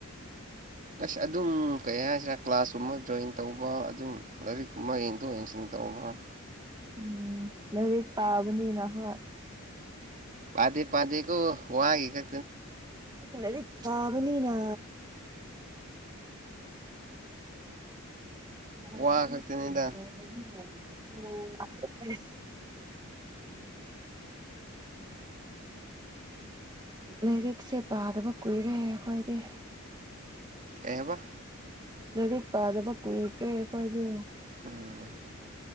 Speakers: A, on the right; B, on the right.
A: ꯑꯁ ꯑꯗꯨꯝ ꯀꯌꯥ ꯍꯥꯏ ꯀ꯭ꯂꯥꯁ ꯆꯨꯝꯃ ꯖꯣꯏꯟ ꯇꯧꯕ ꯑꯗꯨꯝ ꯂꯥꯏꯔꯤꯛ ꯃ ꯌꯦ ꯇ ꯆꯤꯡꯟ ꯇ ꯃꯥ
B: ꯎꯝ ꯂꯥꯏꯔꯤꯛ ꯄꯥꯕꯅꯤꯅ ꯍꯣꯏ
A: ꯄꯥꯗꯦ ꯄꯥꯗꯦ ꯀꯣ ꯋꯥꯒ
B: ꯂꯥꯏꯔꯤꯛ ꯄꯥꯕꯅꯤꯅ ꯑꯣꯗꯤ
A: ꯋꯥ
B: ꯌꯥ <inaudible> <unintelligible>
A: ꯈꯛꯇꯅꯤꯗ
B: ꯑꯥ <unintelligible> ꯂꯥꯏꯔꯤꯛꯁꯦ ꯄꯥꯗꯕ ꯀꯨꯏꯔꯦ ꯑꯩꯈꯣꯏꯗꯤ
A: ꯀꯩ ꯍꯥꯏꯕ
B: ꯂꯥꯏꯔꯤꯛ ꯄꯥꯗꯕ ꯀꯨꯏꯈ꯭ꯔꯦ ꯑꯩꯣꯏꯗꯤ
A: ꯎꯝ